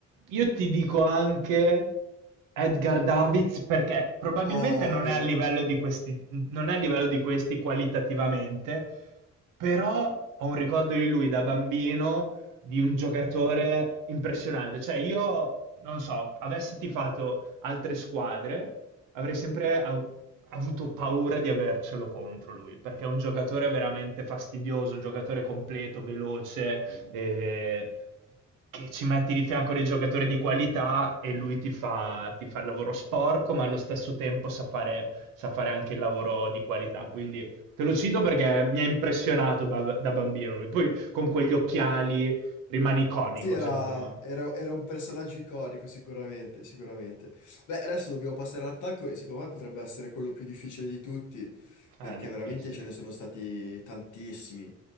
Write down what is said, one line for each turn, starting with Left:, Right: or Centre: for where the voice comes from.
Right: io ti dico anche Edgar Davids perché probabilmente
Left: Oh,
Right: non
Left: è vero.
Right: è a livello di questi, non è a livello di questi qualitativamente, però ho un ricordo di lui da bambino di un giocatore impressionante. Cioè, io non so, avessi tifato altre squadre, avrei sempre av- avuto paura di avercelo contro lui, perché è un giocatore veramente fastidioso, un giocatore completo, veloce, eh, che ci metti di fianco dei giocatori di qualità e lui ti fa, ti fa il lavoro sporco, ma allo stesso tempo sa fare, sa fare anche il lavoro di qualità. Quindi te lo cito perché mi ha impressionato ba- da bambino lui. Poi con quegli occhiali Rimane iconico,
Left: Sì, era,
Right: secondo me.
Left: era- era un personaggio iconico, sicuramente, sicuramente. Beh, adesso dobbiamo passare all'attacco e secondo me potrebbe essere quello più difficile di tutti,
Right: È
Left: perché
Right: difficile.
Left: veramente ce ne sono stati tantissimi.